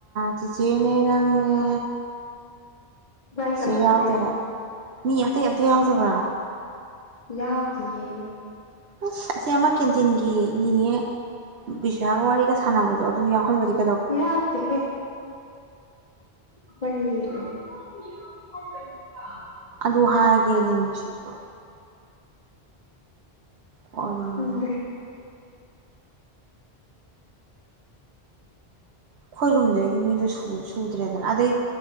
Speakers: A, on the right; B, on the left.
A: ꯆꯤꯆꯦ ꯅꯦ ꯅꯪꯅꯦ
B: ꯏꯕꯥꯅꯤ
A: ꯆꯦ
B: ꯈꯛꯇ
A: ꯌꯥꯎꯗꯦ
B: ꯆꯠꯂꯦ
A: ꯍꯥꯏ ꯃꯤ ꯑꯇꯩ ꯑꯝꯇ ꯌꯥꯎꯗꯕ꯭ꯔꯣ
B: ꯌꯥꯎꯗꯤꯌꯦ
A: ꯑꯁ ꯑꯁꯤ ꯑꯃ ꯀꯦꯟꯇꯤꯟꯒꯤ ꯅꯤꯅꯦ ꯕꯤꯁ꯭ꯋꯥꯒ ꯋꯥꯔꯤꯒ ꯁꯥꯟꯅꯕꯗꯣ ꯑꯗꯨ ꯌꯥꯎꯍꯟꯂꯗꯤ
B: ꯌꯥꯎꯗꯦꯍꯦ ꯐꯅꯤꯔ <unintelligible> ꯎ ꯑ <inaudible>
A: ꯗꯨ ꯍꯥꯏꯒꯦꯗꯦ ꯃꯁꯤꯁꯨ ꯀꯔꯤꯅꯣ
B: ꯈꯪꯗꯦ
A: ꯑꯩꯈꯣꯏꯔꯨꯝꯗꯩꯗꯤ ꯃꯤꯗꯣ ꯁꯨꯗ꯭ꯔꯦꯗꯅ ꯑꯗꯩ